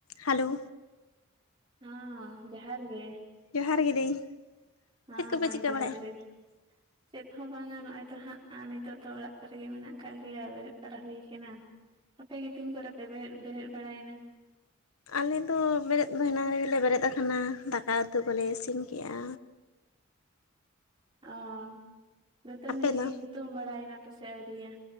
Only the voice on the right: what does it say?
ᱦᱚᱸ ᱡᱚᱦᱟᱨ ᱜᱮ
ᱦᱚᱸ
ᱢᱟᱸᱭ
ᱡᱚᱦᱟᱨ ᱜᱮ
ᱪᱮᱫ ᱦᱚᱸ ᱵᱟᱝᱟ ᱱᱚᱜᱼᱚᱭ ᱛᱚ ᱦᱟᱸᱜ ᱱᱤᱛᱚᱜ ᱫᱚ ᱚᱲᱟᱜ ᱨᱮᱜᱮ ᱢᱮᱱᱟᱜ ᱟᱠᱟᱫ ᱞᱮᱭᱟ ᱵᱮᱨᱮᱫ ᱵᱟᱲᱟ ᱦᱩᱭ ᱠᱟᱱᱟ ᱟᱯᱮᱜ ᱜᱮ ᱛᱤᱱ ᱠᱚᱨᱮ ᱯᱮ ᱵᱮᱨᱮᱫ ᱵᱮᱨᱮᱫ ᱵᱟᱲᱟᱭᱮᱱᱟ
ᱚᱸ ᱫᱟᱹᱛᱟᱹᱱᱤ
ᱦᱩᱛᱩᱢ ᱵᱟᱲᱟᱭᱮᱱᱟ ᱯᱮᱥᱮ ᱟᱹᱣᱨᱤᱭᱟ